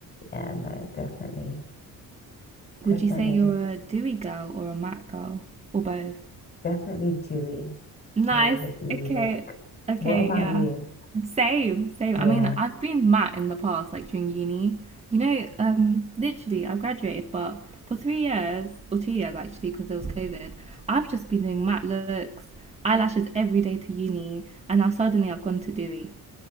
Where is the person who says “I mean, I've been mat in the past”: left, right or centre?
Right